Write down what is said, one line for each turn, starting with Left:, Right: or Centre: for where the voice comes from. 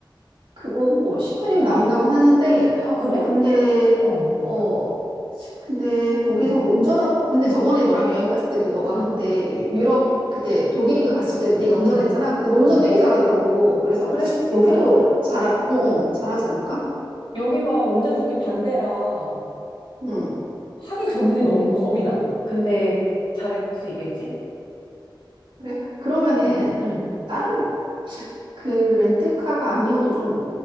Right: 그거 뭐 10분이면
Left: 어,
Right: 나온다고 하는데,
Left: 아, 그래?
Right: 근데,
Left: 어,
Right: 어, 근데 거기서
Left: 응,
Right: 운전하고, 근데 저번에 너랑 여행 갔을 때도 너가
Left: 응,
Right: 그때 유- 유럽, 그때 독일인가 갔을 때도 네가 운전했잖아.
Left: 응,
Right: 근데 너 운전
Left: 응.
Right: 되게 잘하더라고. 그래서
Left: 그래? 괜찮았어?
Right: 여기도 잘하, 어, 어,
Left: 응.
Right: 잘하지 않을까?
Left: 여기가 운전석이 반대라,
Right: 응,
Left: 하기 전에
Right: 좀,
Left: 너무 겁이 나. 근데 잘할 수 있겠지?
Right: 그래. 그러면은
Left: 응. 응.
Right: 다른 그 렌트카가 아니어도 좀